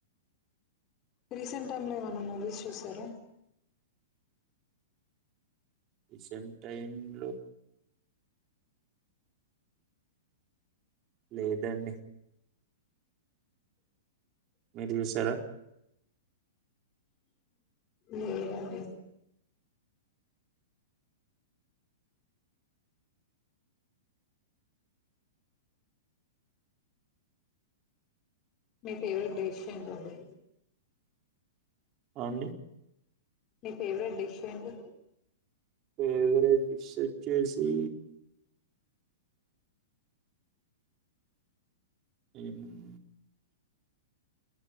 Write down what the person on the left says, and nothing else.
రీసెంట్ టైమ్ంలో ఏమైన మూవీస్ చూశారా
లేదండి మీ ఫేవరెట్ డిష్ ఏంటండీ
నీ ఫేవరెట్ డిష్ ఏంటి